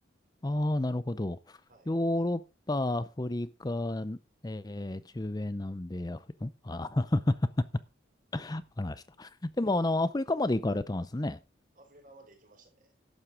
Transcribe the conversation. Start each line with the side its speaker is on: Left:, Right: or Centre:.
Left: ああー、なるほど。
Right: はい。
Left: ヨーロッパ、アフリカ、えー、中米、南米、アフリカ、んああー、<laughs> わかりました。
Right: うん
Left: でも、あの、アフリカまで行かれたんですね。
Right: アフリカまで行きましたね。